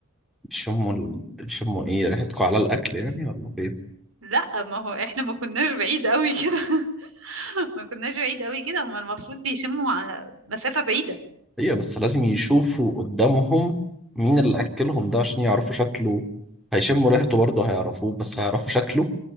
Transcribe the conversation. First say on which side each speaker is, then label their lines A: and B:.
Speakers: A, in the centre; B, on the right.
A: يشموا ال... يشموا ايه ريحتكم على الاكل يعني ولا فين
B: لا ما هو احنا ما كناش بعيد قوي كده <laughs> ما كناش بعيد قوي كده هما المفروض بيشموا على مسافة بعيدة
A: ايوه بس لازم يشوفوا قدامهم مين اللي اكلهم ده عشان يعرفوا شكله هيشموا ريحته برضه هيعرفوه بس هيعرفوا شكله